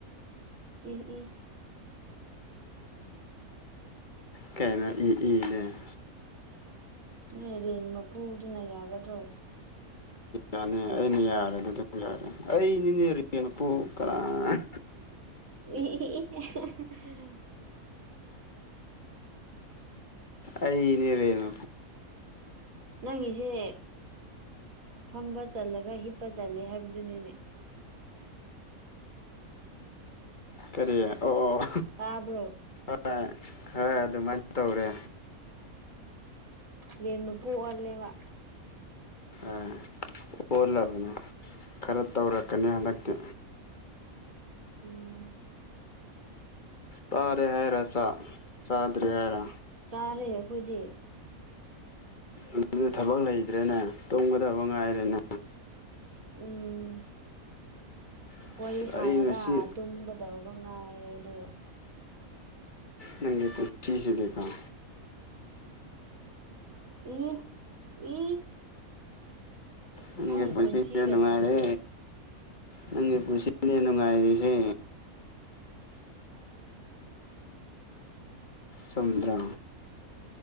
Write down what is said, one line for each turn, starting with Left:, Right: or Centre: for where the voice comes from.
Right: ꯑ‌ꯦ ꯑꯦ
Left: ꯀꯩꯅꯣ ꯏ ꯏꯅꯦ
Right: ꯅ‌ꯣꯏ ꯔꯦꯟ ꯃꯄꯨꯗꯨꯅ ꯌꯥꯒꯗ꯭ꯔꯣ
Left: ꯌꯥꯅꯤ ꯑꯩꯅ ꯌꯥꯔꯦ ꯑꯗꯨ ꯑꯗꯨꯝ ꯌꯥꯔꯦ ꯑꯩꯅꯤꯅꯦ ꯔꯅꯄꯨ ꯀꯅꯥꯥ
Right: <unintelligible>
Left: ꯑꯩꯅꯦꯔꯦꯟ
Right: ꯅꯪꯒꯤꯁꯦ ꯐꯝꯕ ꯆꯜꯂꯒ ꯍꯤꯞꯄ ꯆꯠꯂꯦ ꯍꯥꯏꯕꯗꯨꯅꯤꯅꯦ
Left: ꯀꯔꯤ ꯑꯣ ꯑꯣ
Right: ꯇꯥꯗ꯭ꯔꯣ
Left: ꯍꯣꯏ ꯍꯣꯏ ꯑꯗꯨꯃꯥꯏꯅ ꯇꯧꯔꯦ
Right: ꯎꯝꯦꯝꯅ ꯄꯣꯛ ꯑꯣꯜꯂꯦꯕ
Left: ꯑ ꯑꯣꯜꯂꯕꯅꯤ ꯈꯔ ꯇꯧꯔꯛꯀꯅꯤ ꯍꯟꯗꯛꯇꯤ
Right: ꯎꯝ
Left: ꯇꯥꯔꯦ ꯍꯥꯏꯔ ꯆꯥꯗ꯭ꯔꯦ ꯍꯥꯏꯔ
Right: ꯆꯥꯔꯦ ꯑꯩꯈꯣꯏꯗꯤ
Left: ꯑꯗꯨꯗ ꯊꯕꯛ ꯂꯩꯇ꯭ꯔꯦꯅꯦ ꯇꯨꯝꯒꯗꯕ ꯉꯥꯏꯔꯦꯅꯦ
Right: ꯎꯝ
Left: ꯑꯁ
Right: ꯋꯥꯔꯤ ꯁꯥꯔꯒ
Left: ꯑꯩ ꯉꯁꯤ
Right: ꯑꯗꯨꯝ ꯇꯧꯔꯒ ꯉꯥꯏꯔꯦ ꯑꯗꯨꯒ
Left: ꯅꯪ ꯅꯨꯄꯤ ꯊꯤꯈꯤꯔ‌ꯣꯏꯗ꯭ꯔ‌ꯣ
Right: ꯏ ꯏ
Left: ꯅꯪꯒꯤ
Right: ꯑꯩ
Left: ꯄꯨꯟꯁꯤꯁꯦ
Right: ꯄꯨꯟꯁꯤ ꯀꯗꯧꯔꯒꯦ
Left: ꯅꯨꯡꯉꯥꯏꯔꯦ ꯅꯪꯒꯤ ꯄꯨꯁꯤꯅ‌ꯦ ꯉꯥꯏꯔꯤꯁꯦ
Right: ꯎꯝ
Left: ꯆꯨꯝꯗ꯭ꯔꯥ